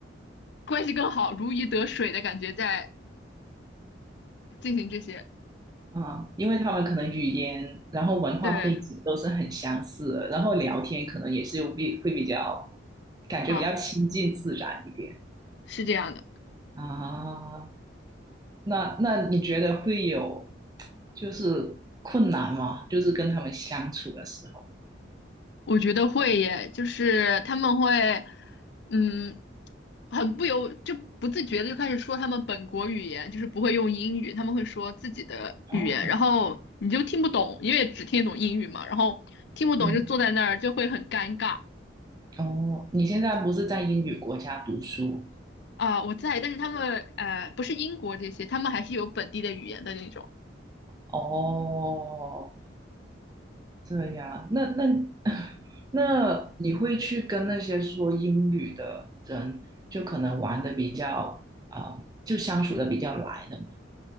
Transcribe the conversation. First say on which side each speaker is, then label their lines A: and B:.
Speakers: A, on the left; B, on the right.
A: 关系更好，如鱼得水的感觉在进行这些，
B: 啊，因为他们可能语言，然后文化背景都是很相似的，
A: 对，
B: 然后聊天可能也是比会比较，感觉比较亲近自然一点
A: 啊，是这样的，
B: 啊。那那你觉得会有就是困难吗？就是跟他们相处的时候。
A: 我觉得会耶，就是他们会，嗯。很不由就不自觉的就开始说他们本国语言，就是不会用英语，他们会说自己的语言，
B: 哦，
A: 然后你就听不懂，因为只听得懂英语嘛，然后听不懂就坐在那儿就会很尴尬
B: 嗯，哦，你现在不是在英语国家读书？
A: 啊、我在，但是他们呃不是英国这些，他们还是有本地的语言的那种。
B: 哦，这样，那那 <laughs> 那你会去跟那些说英语的人，就可能玩的比较，啊、就相处的比较来的嘛？